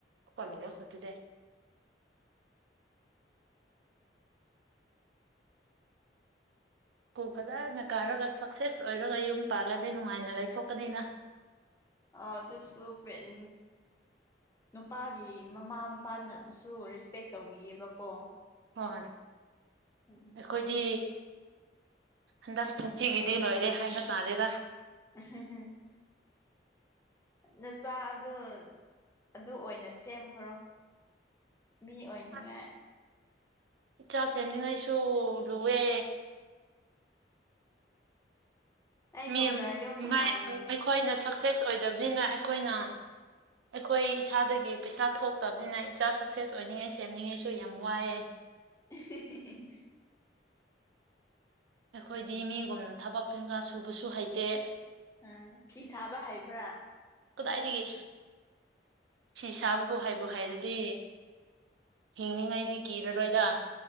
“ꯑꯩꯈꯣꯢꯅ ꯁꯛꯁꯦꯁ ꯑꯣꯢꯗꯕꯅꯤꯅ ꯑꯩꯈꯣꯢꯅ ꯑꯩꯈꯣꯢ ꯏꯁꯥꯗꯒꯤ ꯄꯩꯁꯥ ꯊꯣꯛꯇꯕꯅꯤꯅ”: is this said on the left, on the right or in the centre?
Right